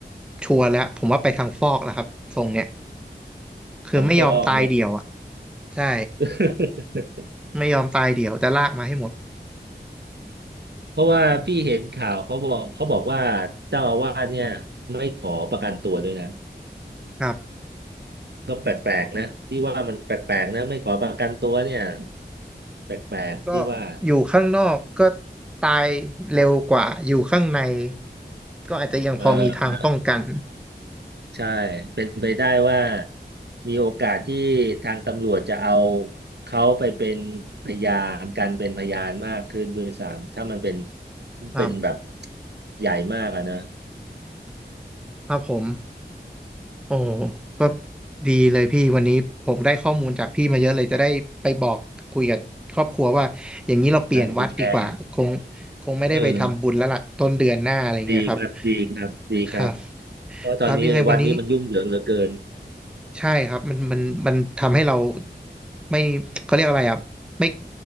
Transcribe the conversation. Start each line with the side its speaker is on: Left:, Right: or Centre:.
Centre: ชัวร์แล้วผมว่าไปทางฟอกแล้วครับทรงเนี้ยคือไม่ยอมตายเดี่ยวอ่ะ
Right: ทั้งฟอกเนอะ
Centre: ใช่
Right: <laughs>
Centre: ไม่ยอมตายเดี่ยวจะลากมาให้หมด
Right: เพราะว่าพี่เห็นข่าวเขาบอกเขาบอกว่าเจ้าอาวาสเนี่ยไม่ขอประกันตัวด้วยนะ
Centre: ครับ
Right: ก็แปลกๆนะพี่ว่ามันแปลกๆนะไม่ขอประกันตัวเนี่ยแปลกๆพี่ว่า
Centre: ก็อยู่ข้างนอกก็ตายเร็วกว่าอยู่ข้างในก็อาจจะยังพอมีทางป้องกัน
Right: เออ ใช่เป็นไปได้ว่ามีโอกาสที่ทางตำรวจจะเอาเขาไปเป็นพยานกันเป็นพยานมากขึ้นด้วยซ้ำถ้ามันเป็น
Centre: ครับ
Right: เป็นแบบใหญ่มากอะนะ
Centre: ครับผม โอ้ก็ดีเลยพี่วันนี้ผมได้ข้อมูลจากพี่มาเยอะเลยจะได้ไปบอกคุยกับครอบครัวว่าอย่างนี้เราเปลี่ยนวัดดีกว่าคง
Right: เออไปแชร์
Centre: คงไม่ได้ไปทำบุญแล้วล่ะต้นเดือนหน้าอะไรเงี้ยครับ
Right: เออดีครับดีครับดีครับ
Centre: ครับ
Right: เพราะตอนนี้วัดนี้มันยุ่งเหยิงเหลือเกิน
Centre: ครับยังไงวันนี้ใช่ครับมันมันมันทำให้เราไม่เขาเรียกอะไรอ่ะไม่